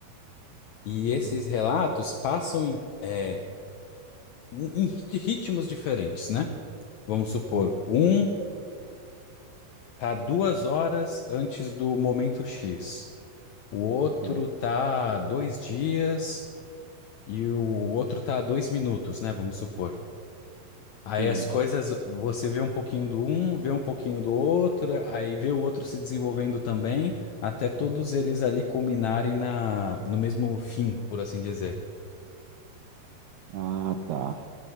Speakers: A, on the left; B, on the right.
A: e
B: uhum.
A: esses relatos passam em, é, em- em ritmos diferentes, né? Vamos supor, um tá duas horas antes do momento X, o outro
B: É,
A: tá dois dias e o outro tá dois minutos, né? Vamos supor. Aí
B: entendi.
A: as coisas, você vê um pouquinho do um, vê um pouquinho do outro, aí vê o outro se desenvolvendo também, até todos eles ali culminarem na, no mesmo fim, por assim dizer.
B: Ah, tá.